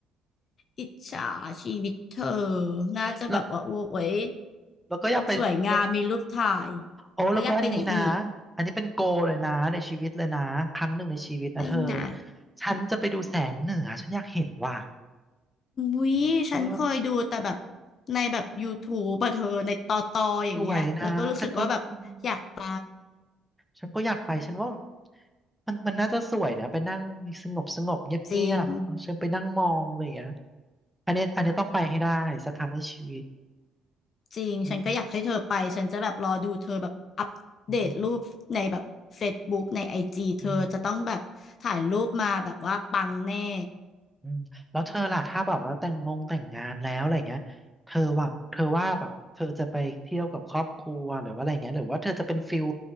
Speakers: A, on the left; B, in the centre.
A: อิจฉาชีวิตเธอน่าจะแบบว่าโอ้ย
B: แล้วแล้วก็อยากไปแล้ว
A: สวยงามมีรูปถ่าย
B: โอ้แล้วก็อันนี้นะ
A: แล้วอยากไปไหนอีก
B: อันนี้เป็นโกเลยนะในชีวิตเลยนะครั้งหนึ่งในชีวิตนะเธอ
A: ไปไหน
B: ฉันจะไปดูแสงเหนือฉันอยากเห็นว่ะ
A: วิ๊ยฉันเคยดูแต่แบบ
B: เออ
A: ในแบบ YouTube อะเธอในตอตออย่างเงี้ยแล้วก็รู้สึกว่าแบบอยากไป
B: สวยนะฉันก็อืม ฉันก็อยากไป ฉันว่ามันมันน่าจะสวยนะไปนั่งสงบสงบเงียบเงียบๆฉันไปนั่งมองอะไรอย่างเงี้ย
A: จริง
B: อันเนี้ยอันเนี้ยต้องไปให้ได้สักครั้งในชีวิต
A: จริงฉันก็อยากให้เธอไปฉันจะแบบรอดูเธอแบบอัปเดตรูปในแบบ
B: อืมอืม
A: Facebook ในไอจีเธอจะต้องแบบถ่ายรูปมาแบบว่าปังแน่
B: อืมอืมแล้วเธอล่ะถ้าแบบว่าแต่งงงแต่งงานแล้วอะไรเงี้ยเธอว่าเธอว่าแบบเธอจะไปเที่ยวกับครอบครัวหรือว่าอะไรเงี้ยหรือว่าเธอจะเป็นฟิล